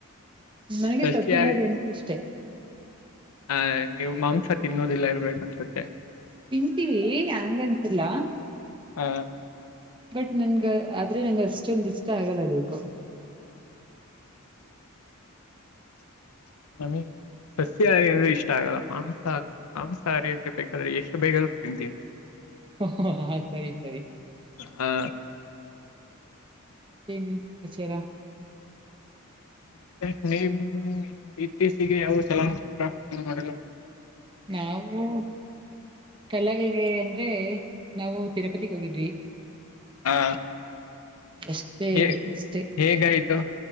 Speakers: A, on the right; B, on the left.
A: ನನಗೆ
B: ಸಷ್ಯಾರಿ
A: ಸಸ್ಯಾಹಾರಿ ಅಂದ್ರೆ ಇಷ್ಟೇ
B: ಆ ನೀವು ಮಾಂಸ ತಿನ್ನೋದಿಲ್ಲ ಇರ್ಬೇಕ ಅನ್ಸುತ್ತೆ.
A: ತಿಂತೀವಿ ಅಂಗಂತಿಲ್ಲ
B: ಆ
A: ಬಟ್ ನನ್ ಗೆ ಆದ್ರೆ ನಂಗ ಅಷ್ಟೊಂದ ಇಷ್ಟ ಆಗಲ್ಲ ಅದಕ್ಕು.
B: ಮಮ್ಮಿ ಸಸ್ಯಹಾರಿ ಅಂದ್ರೆ ಇಷ್ ಇಷ್ಟ ಆಗಲ್ಲ ಮಾಂಸಾ ಮಾಂಸಾಹಾರಿ ಅಂದ್ರ ಬೇಕಾದ್ರೆ ಎಷ್ಟು ಬೇಕಾದ್ರು ತಿಂತೀನ್.
A: ಹಾ ಹ ಹ ಸರಿ ಸರಿ
B: ಹಾ
A: ಮತ್ತೆ ನೇನ್ ಸಮಾಚಾರ
B: ಮತ್ತೆ ನೀವು ಇತ್ತೀಚಿಗೆ ಯಾವ ಚಲನಚಿತ್ರ ಎಲ್ಲ ನೋಡಲ್ಲ.
A: ನಾವು ಸ್ಥಳಗಳಿಗೆ ಅಂದ್ ದ್ರೆ ನಾವು ತಿರುಪತಿಗ್ ಹೋಗಿದ್ವಿ.
B: ಹಾ
A: ಅಷ್ಟೇ
B: ಹ
A: ಅಷ್ಟೇ
B: ಹೇಗರಿತು